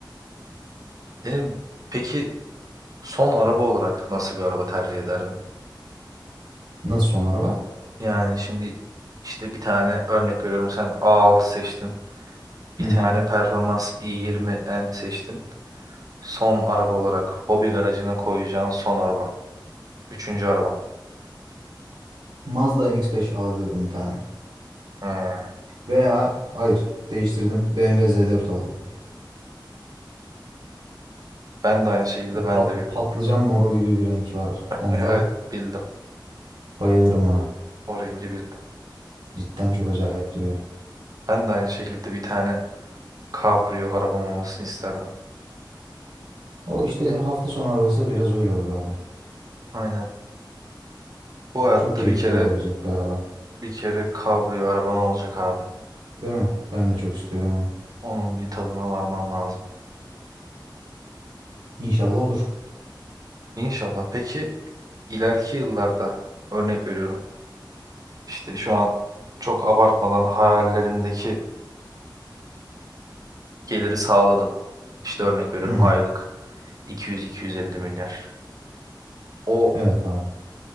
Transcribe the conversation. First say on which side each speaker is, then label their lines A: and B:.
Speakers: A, on the right; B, on the right.
A: Benim peki son araba olarak nasıl bir araba tercih ederdin?
B: Nasıl son araba?
A: Yani şimdi işte bir tane örnek veriyorum sen A6 seçtin. Bir
B: Hı hı.
A: tane Performans i20 N seçtin. Son araba olarak hobi garajına koyacağın son araba. Üçüncü araba.
B: Mazda MX-5 alabilirdim bir tane.
A: Hmm.
B: Veya hayır değiştirdim. BMW Z4 alırdım.
A: Ben de aynı şekilde
B: O
A: ben
B: pa-
A: de bir...
B: patlıcan moru gibi bir renk var
A: <laughs>
B: onda.
A: Evet bildim.
B: Bayılırım ona.
A: O rengi bildim.
B: Cidden çok acayip duruyor.
A: Ben de aynı şekilde bir tane kabrio arabam olmasını isterdim.
B: O işte hafta sonu arabası biraz öyle olur abi.
A: Aynen. Bu hayatta
B: Çok keyifli
A: bir kere
B: olabilecek bir araba.
A: bir kere kabrio araban olacak abi.
B: Değil mi? Ben de çok istiyorum onu.
A: Onun bir tadına varman lazım.
B: İnşallah olur.
A: İnşallah. Peki ileriki yıllarda örnek veriyorum. İşte şu an çok abartmadan hayallerindeki geliri sağladın. İşte örnek veriyorum
B: Hı hı.
A: aylık 200-250 milyar. O
B: Evet abi.